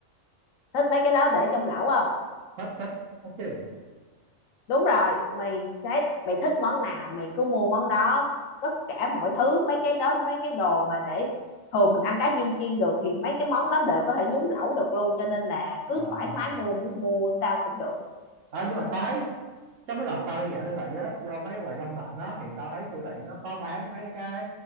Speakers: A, on the left; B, on the right.
A: thích mấy cái đó để trong lẩu không
B: thích thích thích chứ
A: đúng rồi mày thấy mày thích món nào mày cứ mua món đó tất cả mọi thứ mấy cái đó mấy cái đồ mà để thường mình ăn cá viên chiên được thì mấy cái món đó đều có thể nhúng lẩu được luôn cho nên là cứ
B: à.
A: thoải mái mua muốn mua sao cũng được
B: à nhưng mà tao thấy trong mấy lần tao đi dạo siêu thị á do mấy cái quầy đông lạnh á thì tao thấy siêu thị nó có bán mấy cái